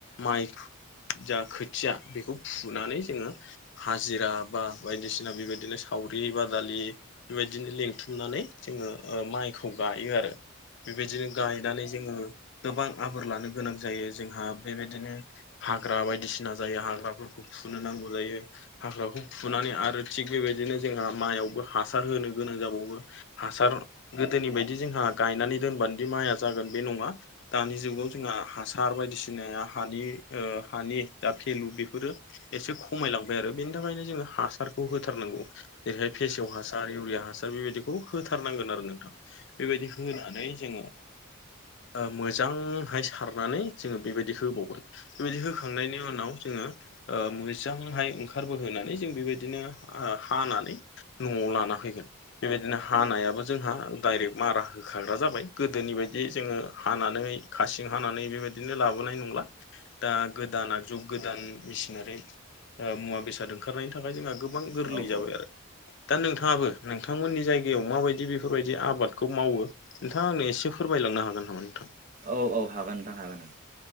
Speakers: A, on the left; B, on the right.
A: माइ जा खोथिया बेखौ फुनानै जोङो हाजिरा बा बायदिसिना बेबायदिनो सावरि बादालि बिबायदिनो लिंथुमनानै जोङो माइखौ गायो आरो बेबायदिनो गायनानै जोङो गोबां आबोर लानो गोनां जायो जोंहा बेबायदिनो हाग्रा बायदिसिना जायो हाग्राफोरखौ फुनो नांगौ जायो हाग्राखौ फुनानै आरो थिग बेबायदिनो जोंहा माइआवबो हासार होनो गोनां जाबावो हासार गोदोनि बायदि जोंहा गायनानै दोनबानोदि माइया जागोन बे नङा दानि जुगाव जोंहा हासार बायदिसिनाया हानि ओ हानि जा भेलु बेफोरो एसे खमाय लांबाय आरो बेनि थाखायनो जोङो हासारखौ होथारनांगौ। जेरैहाय फेसेव हासार इउरिया हासार बेबायदिखौ होथारनांगोन आरो नोंथां। बेबायदि होनानै जोङो ओ मोजांहाय सारनानै जोङो बेबायदि होबावगोन बेबायदि होखांनायनि उनाव जोङो। ओ मोजांहाय ओंखारबोहोनानै जों बेबायदिनो हानानै न'आव लाना फैगोन बेबायदिनो हानायाबो जोंहा डाइरेक्ट मारा होखाग्रा जाबाय गोदोनि बायदि जोङो हानानै खासिं हानानै बेबायद दिनो लाबोनाय नंला दा गोदान आगजु गोदान मेचिनारि ओ मुवा बेसाद ओंखारनायनि थाखाय जोंहा गोबां गोरलै
B: औ हागोन
A: जाबाय आरो। दा नोंथाङाबो नोंथांमोननि जायगायाव माबायदि बेफोरबायदि आबादखौ मावो। नोंथाङा आंनो एसे फोरमायलांनो हागोन नामा नोंथां?
B: औ औ हागोन नोंथां हागोन।